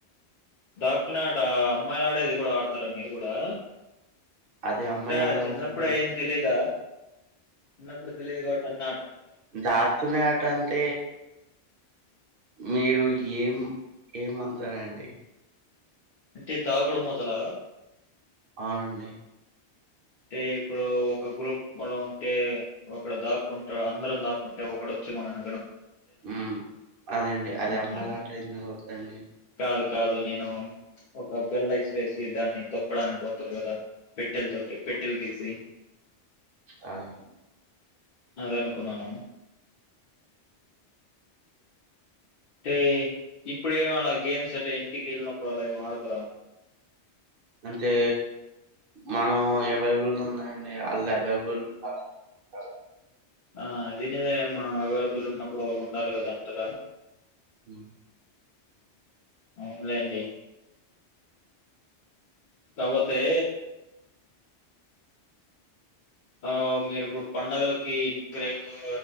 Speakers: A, on the left (about 50°); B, on the right (about 55°).
A: దాక్కునే ఆట అమ్మాయిలు ఆడేది కూడా ఆడతారా మీరు కూడా
B: అదే అమ్మాయిలు
A: అంటే
B: ఎవరు
A: చిన్నప్పుడు
B: ఆడతారండి
A: అయ్యేం తెలిదా చిన్నప్పుడు తెలియదు కాబట్టి అని
B: దక్కునే ఆట అంటే మీరు ఏం ఏమంతారండి
A: అంటే దాగుడు మూతల
B: అవునండి
A: అంటే ఇప్పుడు ఒక గ్రూప్లో ఉంటే ఒకడ దాక్కుంటూ అందరం దాక్కుంటే ఒకడు వచ్చి మనడం
B: ఉ అదేండి అదే
A: ఉహు
B: అమ్మాయిలా ఆట ఎందుకు అవుదండి
A: కాదు కాదు నేను ఒక బెల్లా ఇసిరెసి దాన్ని తొక్కడానికి పోతారు కదా పెట్టెల తోటి పెట్టల్ గీసి
B: రాదండి
A: అదే అనుకున్నాను అంటే ఇప్పుడేమ అలా గేమ్స్ అంటే ఇంటికి వెళ్ళినప్పుడు అలా ఏమ్ ఆడుకోర
B: అంటే మనం అవైలబుల్ ఉన్నాయండి వాళ్ళు అవైలబుల్ ఉ అలా
A: ఆ అదేనేదై మనం అవైలబుల్ ఉన్నప్పుడు వాళ్ళు ఉండాలి కదా ఉంటారా
B: ఉమ్
A: అవునులేండి కపోతే ఆ మీరు ఇప్పుడు పండుగలకు ఇంటి దగ్గర ఎక్కువ